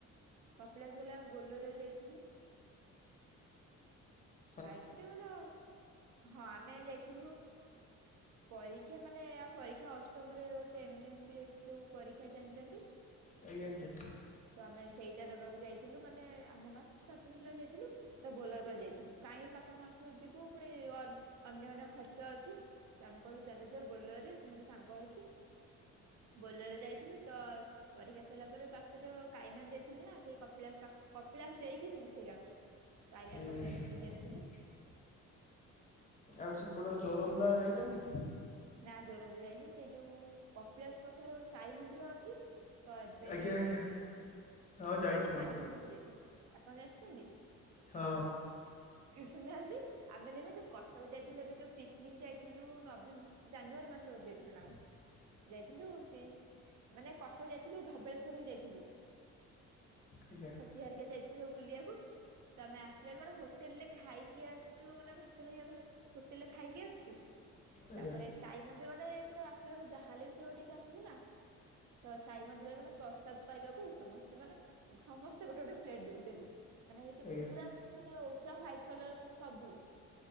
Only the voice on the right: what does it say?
କପିଳାସ ଗଲେ ଆମେ ବୋଲର ରେ ଯାଇଥିଲୁ।
ବାଇକି ରେ ଗଲେ ଅ ହଁ ଆମେ ଯାଇଥିଲୁ ପରୀକ୍ଷା ମାନେ ଆ ପରୀକ୍ଷା ଅଷ୍ଟମରେ ଗୋଟେ ଏମ ଏମ ବି ଏସ୍ ଯୋଉ ପରୀକ୍ଷା ଜାଣିଛନ୍ତି?
ତ ଆମେ ସେଇଟା ଦବାକୁ ଯାଇଥିଲୁ ମାନେ ଆମ ଗାଁ ସାତ ଜଣ ପିଲା ଯାଇଥିଲୁ ତ ବୋଲର କରି ଯାଇଥିଲୁ। କାହିଁ ବାପା ମା ଙ୍କ ସହିତ ଯିବୁ ପୁଣି ୟନ ଅନ୍ୟାନ୍ୟ ଖର୍ଚ୍ଚ ଅଛି। ତ ଆମେ କହିଲୁ ଚାଲି ଯିବା ବୋଲେର ରେ ସମସ୍ତେ ସାଙ୍ଗ ହେଇକି। ବୋଲେର ରେ ଯାଇଥିଲୁ ତ। ପରୀକ୍ଷା ସରିଲା ପରେ ବାଟରେ କାଇମାର ଯାଇଥିଲୁ ନା ସେଇ କପିଳାସ ପାଖ୍ କପିଳାସ ଦେଇକି ଯିବୁ ସେଇ ଗାଁକୁ। ତ ଅଇଲାବେଳ
କପିଳାସ ବୁଲିକି
ଆସି
ନା ଜୋରନ୍ଧା ଯାଇନି ସେଇ ଯୋଉ କପିଳାସ ପାଖରେ ଗୋଟେ ସାଇ ମନ୍ଦିର ଅଛି। ତ ଏବେ।
ସେ ସାଇ
ମନ୍ଦିର କୁ ଯାଇଥିଲୁ ଆପଣ ଆସିଛନ୍ତି?
କି ଶୁଣୁନାହାନ୍ତି। ଆମେ ନହେଲେ ନାଇଁ ଯୋଉ କଟକ ଯାଇଥିଲୁ ଏବେ ଯୋଉ ପିକ୍ନିକ୍ ଯାଇଥିଲୁ ନଭେମ୍ ଜାନୁଆରୀ ମାସରେ ବୋଧେ ଯାଇଥିଲୁ ନା କଣ।
ଯାଇଥିଲୁ ସେଇ ମାନେ କଟକ ଯାଇଥିଲୁ ଧବଳେଶ୍ଵର ବି ଯାଇଥିଲୁ।
ଆଉ ଛତିଆ ହରିକା ଯାଇଥିଲୁ ସବୁ ବୁଲିବାକୁ। ତ ଆମେ ଆସିଲା ବେଳକୁ ମାନେ ହୋଟେଲ ରେ ଖାଇକି ଆସିଛୁ ମାନେ ଭାତ ଘରିକା ଧର। ହୋଟେଲରେ ଖାଇକି ଆସିୁଛୁ
ତାପରେ।
ସାଇ ମନ୍ଦିର ମାନେ ଏପଟ ଆସିଲେ ଯାହାେଲେ ବି ସେଟ ଟିକେ ଆସିବୁ ନା ତ ସାଇ ମନ୍ଦିରରେ ମାନେ ପ୍ରସାଦ ପାଇବାକୁ ସମସ୍ତେ ମାନେ ସମସ୍ତେ ଗୋଟେ ଗୋଟେ ପ୍ଲେଟ ଧରିଦେଲୁ ମାନେ ସେଇଠି
ପୁରା ମାନେ ପୁରା ୱାଇଟି କଲର ମାନେ ସବୁ